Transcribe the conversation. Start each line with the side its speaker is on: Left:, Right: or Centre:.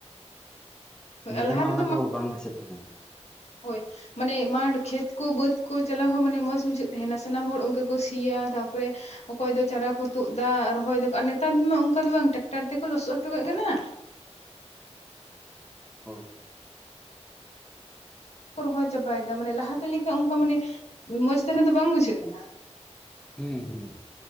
Centre: ᱱᱮᱛᱟᱨ
Left: ᱞᱟᱦᱟ
Centre: ᱢᱟ
Left: ᱛᱮᱫᱚ
Centre: ᱚᱱᱟ ᱠᱚ ᱵᱟᱝ ᱫᱤᱥᱟᱹᱜ ᱠᱟᱱᱟ
Left: ᱦᱳᱭ ᱢᱟᱱᱮ ᱢᱟᱴᱷ ᱠᱷᱮᱛ ᱠᱚ ᱵᱟᱹᱫᱽ ᱠᱚ ᱪᱟᱞᱟᱣ ᱦᱚᱸ ᱢᱟᱱᱮ ᱢᱚᱸᱡᱽ ᱵᱩᱡᱷᱟᱹᱜ ᱛᱟᱦᱮᱱᱟ ᱥᱟᱱᱟᱢ ᱦᱚᱲ ᱚᱱᱠᱟ ᱠᱚ ᱥᱤᱭᱟ ᱛᱟᱯᱚᱨᱮ ᱚᱠᱚᱭ ᱫᱚ ᱪᱟᱨᱟ ᱠᱚ ᱛᱩᱫ ᱫᱟ ᱨᱚᱦᱚᱭ ᱫᱟᱠᱚ ᱟᱨ ᱱᱮᱛᱟᱨ ᱫᱚ ᱢᱟ ᱚᱱᱠᱟ ᱫᱚ ᱵᱟᱝ ᱴᱨᱟᱠᱴᱟᱨ ᱛᱮᱠᱚ ᱞᱚᱥᱚᱫ ᱦᱚᱴᱚ ᱠᱟᱜ ᱠᱟᱱᱟ
Centre: ᱦᱳᱭ ᱦᱳᱭ
Left: ᱨᱚᱦᱚᱭ ᱪᱟᱵᱟᱭ ᱫᱟ ᱢᱟᱱᱮ ᱞᱟᱦᱟᱛᱮ ᱞᱮᱠᱟ ᱚᱱᱠᱟ ᱢᱟᱱᱮ ᱢᱚᱸᱡᱽ ᱛᱟᱨᱟ ᱫᱚ ᱵᱟᱝ ᱵᱩᱡᱷᱟᱹᱜ ᱠᱟᱱᱟ᱾
Centre: ᱦᱩᱸ ᱦᱩᱸ